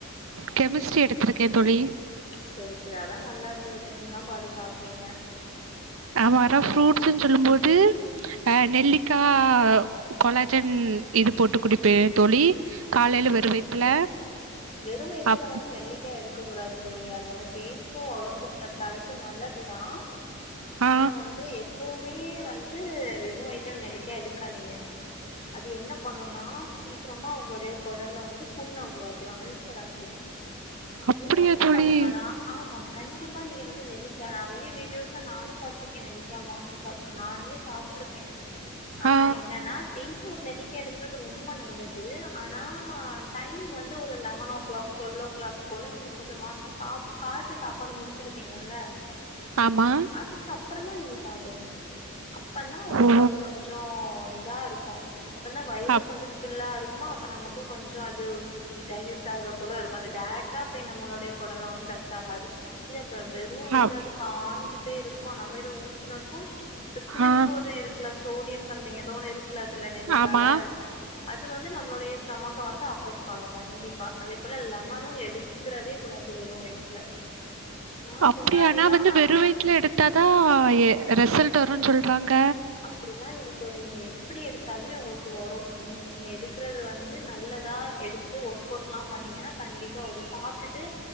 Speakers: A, on the right; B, on the left.
A: கெமிஸ்ட்ரி எடுத்துருக்கே தோழி
B: சேரி சேரி அதா நல்லா இந்த விட்டமின்லா பாத்து சாப்றீங்க
A: ஆமா அறா ஃப்ரூட்ஸுன் சொல்லும் போது ஆ நெல்லிக்கா கொலாஜன் இது போட்டு குடிப்பே தோழி காலையில
B: சேர்
A: வெறு
B: சேரி
A: வயித்துல
B: வெறு வயித்துல
A: அப்
B: வந்து நெல்லிக்கா எடு க்க கூடாது தோழி அது வந்து ஃபேஸ்கு ஒடம்பு ஆ தலைக்கு நல்லதுதா
A: ஆ
B: ஆனா வந்து எப்பொவுமே வந்து வெறு வயுத்துல நெல்லிக்கா எடுக்காதீங்க அது என்ன பண்ணுனா சீக்ரமா உங்க்ளோடய கொடல்ல வந்து புண்ண உருவாக்கிரு அல்சராக்கிரு
A: அப்படியா
B: நீங்க என்ன
A: தோழி
B: பண்ணுங்கனா ஆமா கண்டிப்பா நீங்க வந்து நெல்லிக்கா நெறய வீடியோஸ்ல நானு பாத்ருக்கே நெல்லிக்கா மான்னிங் சாப்டனு நானுமே சாப்ட்ருக்கே ஆனா
A: ஆ
B: என்னனா டெய்லி ஒரு நெல்லிக்கா எடுக்கற்து ரொம்ப நல்லது ஆ னா டைம் வந்து ஒரு eleven o'clock twelve o'clock போல நீங்க கொஞ்ச மாசோ கா காலத்து சாப்பாடு முடுச்சிருப்பீங்கல்ல
A: ஆமா
B: அதுக்கப்பறமா நீங்க சாப்டுங்க அப்பன்னா உங்ளுக்கு
A: ஓ
B: அது கொஞ்சோ இதா இருக்கு அப்பனா வயிறு
A: அப்
B: கொஞ்சோ ஃபில்லா இருக்குமா நமக்கு கொஞ்சோ அது இ டைஜிஸ்ட் ஆவற போல இருக்கு அது டேரெக்டா போய் நம்ளோடய கொடல ஒன் டச் ஆகாது இது அப்றோ வெரு எதாது
A: அப்
B: காஞ்சு போய் இருக்மா நம்ம எது ஊ த்துனப்போ இந்த புளிப்போடு
A: ஆ
B: இருக்குல சோடியம் சம்திங் எதோ ஒன்னு இருக்குல அதுல நெல்லிகால
A: ஆமா
B: அது வந்து நம்மளோடைய ஸ்டொமக்க வந்து அஃபெக்ட் பண்ணு கண்டிப்பா அதே போல லெமனு எடுத்ரவே கூடாது வெறு வயித்துல நா
A: அப்டியா
B: முன்னாடிலா
A: நா வந்து வெறு வயி ட்ல எடுத்தாதா எ ரெசல்ட்டு வருன் சொல்றாங்க
B: அப்படிலா இல்ல தோழி நீங்க எப்டி எடுத்தாலுமே உங்ளுக்கு வரூ நீங் நீங்க எடுக்றது வந்து நல்லதா எடுத்து ஒர்க் கௌட்லா பண்ணீங்கனா கண்டிப்பா வரு சாப்டுட்டு